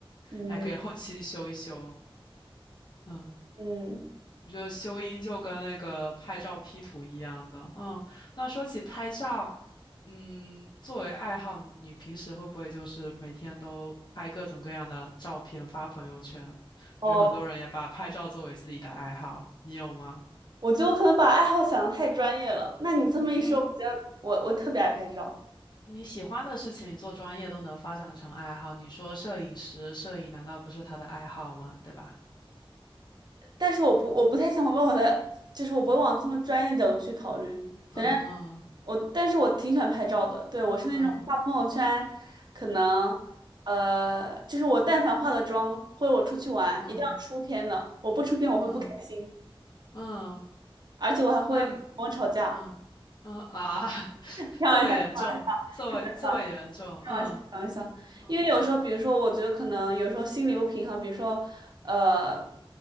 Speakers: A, on the right; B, on the left.
A: 嗯
B: 还可以后期修一修。嗯。
A: 嗯，
B: 就修音就跟那个拍照 P 图一样的，嗯。那说起拍照，嗯，作为爱好，你你平时会不会就是每天都拍各种各样的照片发朋友圈？我觉得很多人也把拍照作为自己的爱好，
A: 哦，
B: 你有吗？
A: 我就可能把爱好想的太专业了。那你这么一说，
B: 嗯，
A: 我觉得我我特别爱拍照。
B: 你喜欢的事情做专业都能发展成爱好，你说摄影师，摄影难道不是他的爱好吗？对吧？
A: 但是我不我不太想往我的，就是我不会往这么专业的角度去考虑。反正
B: 嗯
A: 我，但是我挺喜欢拍照的。对，我是那种发朋友圈，
B: 嗯
A: 可能呃，就是我但凡化个妆，或者我出去玩，
B: 嗯嗯
A: 一定要出片的。我不出片我会不开心，
B: 嗯嗯，
A: 而且我还会跟我吵架。
B: 那嗯嗯啊，<laughs>
A: 开玩笑，
B: 这么严重，
A: 开玩笑，
B: 这么这么严重，
A: 开玩笑。
B: 嗯
A: 开玩笑，开玩笑，
B: 嗯
A: 因为有时候，比如说，我觉得可能有时候心理不平衡，比如说，呃，